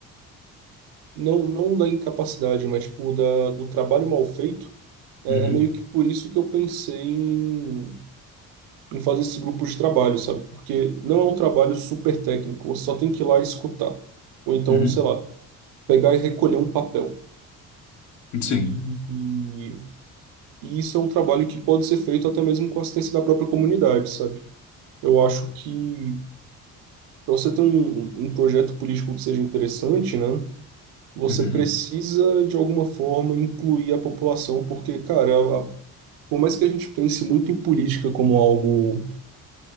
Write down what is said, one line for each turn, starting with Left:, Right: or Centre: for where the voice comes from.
Right: não, não da incapacidade, mas tipo, da, do trabalho mal feito, É
Left: Uhum,
Right: é meio que por isso que eu pensei em, em fazer esse grupo de trabalho, sabe? Porque não é um trabalho super técnico, você só tem que ir lá e escutar. Ou então,
Left: uhum,
Right: sei lá, pegar e recolher um papel.
Left: sim,
Right: E, e, e isso é um trabalho que pode ser feito até mesmo com a assistência da própria comunidade, sabe? Eu acho que para você ter um, um projeto político que seja interessante, né? Você
Left: uhum.
Right: precisa, de alguma forma, incluir a população, porque, cara, a, a- por mais que a gente pense muito em política como algo